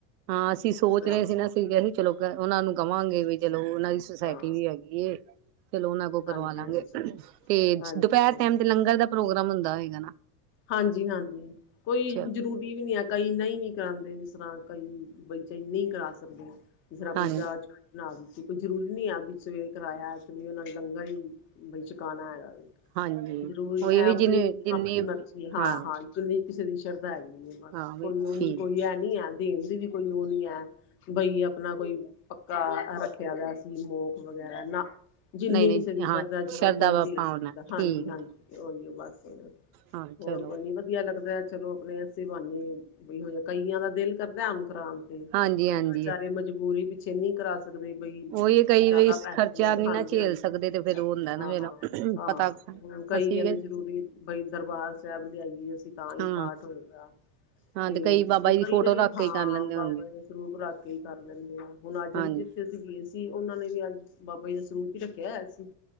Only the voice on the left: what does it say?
ਹਾਂ
ਹਾਂ
ਹਾਂਜੀ
ਹਾਂਜੀ
ਹਾਂਜੀ
ਹਾਂਜੀ
ਹਾਂਜੀ-ਹਾਂਜੀ, ਕੋਈ
ਜਰੂਰੀ ਵੀ ਨਹੀਂ ਆ। ਕਈ ਨਹੀਂ ਵੀ ਕਰਾਂਦੇ, ਜਿਸਰਾ ਕਈ ਬਈ ਚ ਨਈ ਕਰਾ ਸਕਦੇ। ਜਿਸ ਤਰ੍ਹਾਂ ਕੋਈ
ਚਾਹ-ਚੁ ਬਣਾ ਦਿੱਤੀ, ਕੋਈ ਜ਼ਰੂਰੀ ਨਹੀਂ ਆ ਬੀ ਸਵੇਰੇ ਕਰਾਇਆ ਤੇ ਵੀ ਉਹਨਾਂ ਨੇ ਲੰਗਰ ਹੀ ਬਈ ਛਕਾਉਣਾ ਹੈਗਾ, ਵੀ।
ਜ਼ਰੂਰੀ ਇਹ
ਆਪਣੀ-ਆਪਣੀ
ਮਰਜੀ ਆ! ਹਾਂ-ਹਾਂ,
ਕਿਨੀ ਕਿਸੇ ਦੀ ਸ਼ਰਧਾ ਹੈਗੀ ਐ, ਬਸ!
ਕੋਈ ਉਹ
'ਚ ਕੋਈ ਐ ਨੀ ਐ। ਦੇਣ ਦੀ ਵੀ ਕੋਈ ਓ ਨੀ ਐ ਬਈ ਆਪਣਾ ਕੋਈ ਕਾ ਰੱਖਿਆ ਵਾ ਸੀ, ਮੋਕ ਵਗੈਰਾ, ਨਾ ਜਿੰਨੀ
ਕਿਸੇ ਦੀ ਸ਼ਰਧਾ,
ਜੋ
ਕੋਈ ਦੇ
ਸਕਦਾ।
ਹਾਂਜੀ, ਹਾਂਜੀ,
ਓ ਈ ਓ ਬਸ
ਹੋਰ
ਕੋਈ ਨੀ ਵਧੀਆ ਲੱਗਦਾ। ਚਲੋ, ਆਪਣੇ ਐਸੀ ਬਾਨੇ ਕਈਆਂ ਦਾ ਦਿਲ ਕਰਦਾ ਕਰਾਉਣ ਤੇ
ਕਈ
ਵਿਚਾਰੇ ਮਜਬੂਰੀ ਪਿੱਛੇ ਨਹੀਂ ਕਰਾ ਸਕਦੇ। ਸਕਦੇ, ਬਈ
ਜਾਦਾ
ਪੈਸੇ
ਲੱਗ
ਹਾਂਜੀ,
ਹਾਂਜੀ,
ਹਾਂ,
ਹਾਂ, ਹਾਂ!
ਹਾਂ, ਕਈ
ਕਹਿੰਦੇ,
ਜਰੂਰੀ ਬਈ ਦਰਬਾਰ ਸਾਹਿਬ ਲਿਆਈਏ, ਅਸੀਂ ਤਾਂ ਈ
ਪਾਠ ਹੋਏਗਾ।
<inaudible> ਤੇ
ਕਈ
ਵਾਰੀ,
ਹਾਂ,
ਬਾਬਾ
ਜੀ ਦਾ ਸਰੂਪ ਰੱਖ ਕੇ ਈ ਕਰ ਲੈਂਦੇ ਆ। ਹੁਣ ਅੱਜ
ਅਸੀਂ ਜਿੱਥੇ ਗਏ ਸੀ, ਉਨ੍ਹਾਂ ਨੇ ਵੀ ਅੱਜ ਬਾਬਾ ਜੀ ਦਾ ਸਰੂਪ ਈ ਰੱਖਿਆ ਹੋਇਆ ਸੀ।